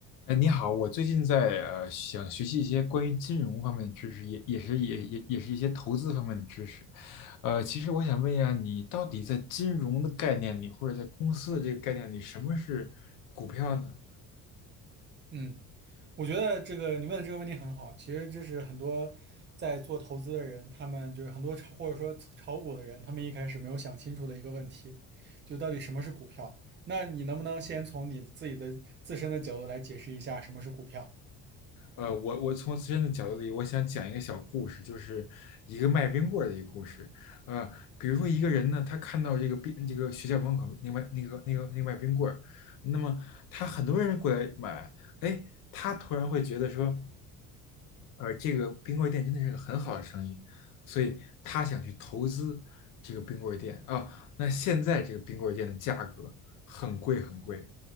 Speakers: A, on the left; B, on the right.
A: 哎，你好，我最近在呃想学习一些关于金融方面的知识，也也是也也也是一些投资方面的知识。呃，其实我想问一下，你到底在金融的概念里，或者在公司的这个概念里，什么是股票呢？
B: 嗯，我觉得这个你问的这个问题很好。其实这是很多在做投资的人，他们就是很多炒或者说炒股的人，他们一开始没有想清楚的一个问题，就到底什么是股票？那你能不能先从你的自己的自身的角度来解释一下什么是股票？
A: 呃，我我从自身的角度里，我想讲一个小故事，就是一个卖冰棍儿的一个故事。呃，比如说一个人呢，他看到这个冰这个学校门口那卖那个那个那个卖冰棍儿，那么他很多人过来买，哎，他突然会觉得说，呃，这个冰棍儿店真的是个很好的生意，所以他想去投资这个冰棍儿店啊。那现在这个冰棍儿店的价格很贵很贵，